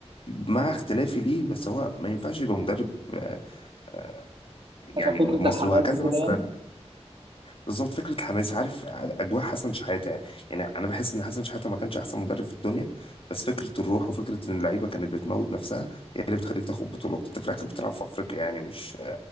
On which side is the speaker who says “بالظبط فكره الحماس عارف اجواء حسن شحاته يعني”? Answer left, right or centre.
Left